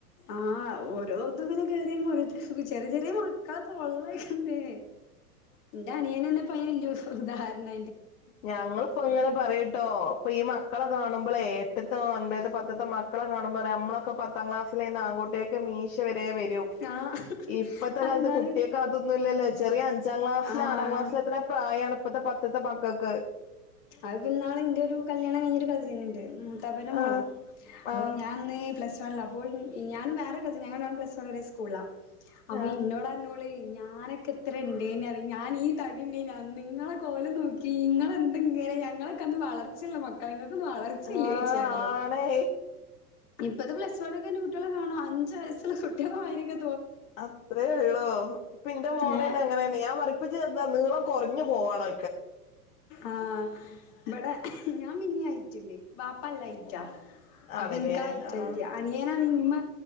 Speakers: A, on the left (about 45°); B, on the left (about 60°).
A: ആഹ് ഓരോ ഇത്ങ്ങനെ കേറീ വെരുംമ്പ ഓരോര്ത്ത ചെറിയ ചെറിയ മക്കളൊക്കെ ഉള്ളതല്ലേ എന്റെ അനിയനന്നെ പ്പ ഇലു ഉദാഹരണ
B: ഞങ്ങളിപ്പോ ഇങ്ങനെ പറയ്ട്ടോ ഇപ്പൊ ഈ മക്കളക്കെ കാണുമ്പളെ എട്ട്ത്ത അൻപത്ത്തെ പത്തത്തെ മക്കളെ കാണുമ്പോ പറയ നമ്മള പത്താം ക്ലാസ്സൽന്ന് ആൺകുട്ടിയൊക്കെ മീശ വരെ വരും
A: ആഹ്
B: ഇപ്പഴത്തെ
A: അതെന്നാള്
B: കാലത്ത് കുട്ടിയക്കെ അതൊന്നും ഇല്ലല്ലേ ചെറിയ അഞ്ചാം ക്ലാസ്സില്
A: ആഹ്
B: ആറാം ക്ലാസ്സില എത്ര പ്രായാണ് ഇപ്പഴത്തെ പത്തത്തെ പക്കക്ക്
A: അത് പിന്നാളെ ഇന്റെയ ഒരു കല്യാണം ക ഒരു കസിൻ ഇണ്ട് മൂത്താപ്പന്റെ മോളാ
B: ആഹ്
A: അപ്പ
B: ആഹ്
A: ഞാൻന്ന് പ്ലസ് അപ്പോ ഞാനും വേറെ കസിൻ ഞങ്ങൾ രണ്ടാളും പ്ലസ് വൺ ഒരെ സ്കൂള്ലാ അപ്പൊ
B: ആഹ്
A: എന്നോട് അനോള് ഞാനൊക്കെത്ര ഉണ്ടേന് അർയോ ഞൻ ഈ തടിയുണ്ടാര്ന്ന് അന്ന് നിങ്ങള കോലം നോക്കീ നിങ്ങള ഇങ്ങനെ ഞങ്ങളൊക്കെന്ന വളർച്ച്ളള മക്കള ഇങ്ങൾക്കൊന്നും വളർച്ചില്ലേച്ചി
B: ആഹ്
A: ഞങ്ങളോട്
B: ആണേ
A: ഇപ്പത് പ്ലസ് വൺ ഒക്കെന്നെ കുട്ടികെ കാണോ അഞ്ചു വയസ്സുള്ള കുട്ടികള മായിരിക്ക
B: അത്രേ ഉള്ളൂ പിന്റെ മോനെന്നെ
A: ഏഹ്
B: അങ്ങനെന്നെ ഞാൻ പറയിപ്പ ചെറ്ത നീളം കുറഞ്ഞു പോവാണോ
A: ആഹ് ഇവിടെ ഞാൻ പിന്നെ അയിറ്റുണ്ട് പാപ്പല്ലയിറ്റാ അപ്പൊ
B: ആണ്ല്ലേ
A: ഇനിക ആയിറ്റായി
B: ആഹ്
A: അനിയനാണ് ഇമമ